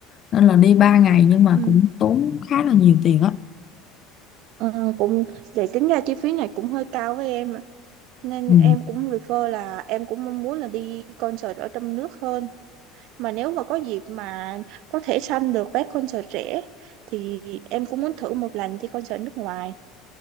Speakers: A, on the left (about 40°); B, on the right (about 55°).
A: nên là đi 3 ngày nhưng mà
B: ừ,
A: cũng tốn khá là nhiều tiền á
B: ừ, cũng để tính ra chi phí này cũng hơi cao với em Nên
A: ừ.
B: em cũng refer là em cũng mong muốn là đi concert ở trong nước hơn. Mà nếu mà có dịp mà có thể săn được vé concert rẻ thì em cũng muốn thử một lần đi concert nước ngoài.